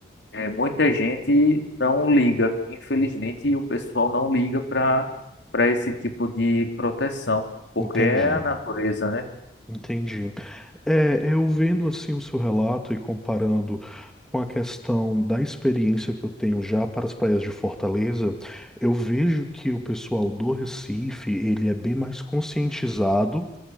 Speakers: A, on the left (about 85°); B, in the centre.
A: é, muita gente não liga. Infelizmente, o pessoal não liga para para esse tipo de proteção, porque
B: Entendi,
A: é a natureza, né?
B: entendi. É, eu vendo assim o seu relato e comparando com a questão da experiência que eu tenho já para as praias de Fortaleza, eu vejo que o pessoal do Recife, ele é bem mais conscientizado